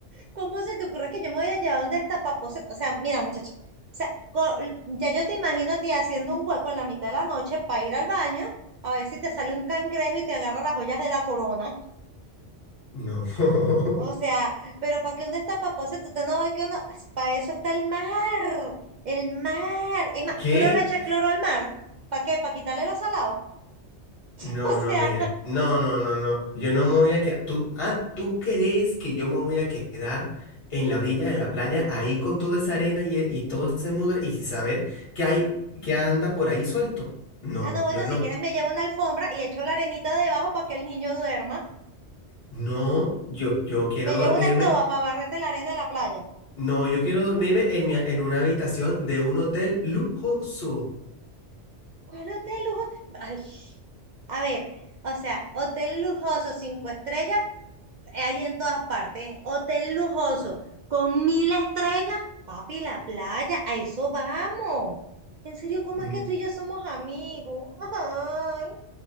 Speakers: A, on the right; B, on the left.
A: ¿Cómo se te ocurre que yo me voy a llevar donde está Papoceta? O sea, mira, muchacha. O sea, co- ya yo te imagino a ti haciendo un hueco en la mitad de la noche para ir al baño, a ver si te sale un cangrejo y te agarra las joyas de la corona.
B: No. <laughs>
A: O sea, pero ¿para qué dónde está Papoceta? Usted no va que uno. pues, Para eso está el mar. El mar. Es más,
B: ¿Qué?
A: tú le vas a echar cloro al mar. ¿Para qué? ¿Para quitarle los salados? <laughs>
B: No,
A: O sea,
B: no, mira, no, no, no, no, yo no me voy a quedar, tú, ah, ¿tú crees que yo me voy a quedar en la orilla de la playa ahí con toda esa arena y, e- y todo ese mugre y sin saber que hay, que anda por ahí suelto? No,
A: ah, no, bueno,
B: yo no,
A: si quieres me llevo una alfombra y echo la arenita debajo para que el niño duerma.
B: no, yo, yo quiero
A: Me
B: dormirme,
A: llevo una escoba para barrete la arena de la playa.
B: no, yo quiero dormirme en mi, en una habitación de un hotel lujoso.
A: ¿Cuál hotel lujoso? Ay, a ver, o sea, hotel lujoso, cinco estrellas, hay en todas partes. Hotel lujoso, con mil estrellas, papi, la playa, a eso vamos. En serio, ¿cómo
B: Mm,
A: es que tú y yo somos amigos? Ay,